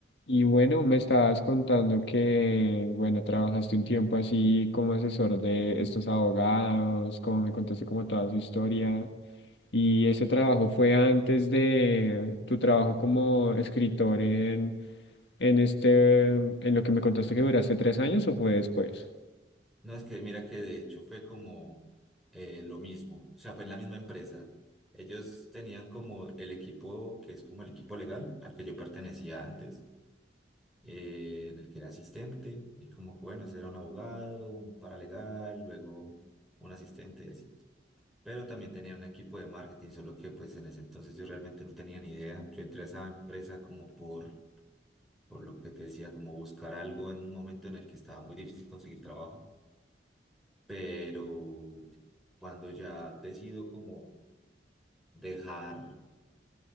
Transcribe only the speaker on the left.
Y bueno, me estabas contando que, bueno, trabajaste un tiempo así como asesor de estos abogados, como me contaste como toda su historia. Y ese trabajo fue antes de tu trabajo como escritor en, en este, en lo que me contaste que duraste tres años o fue después.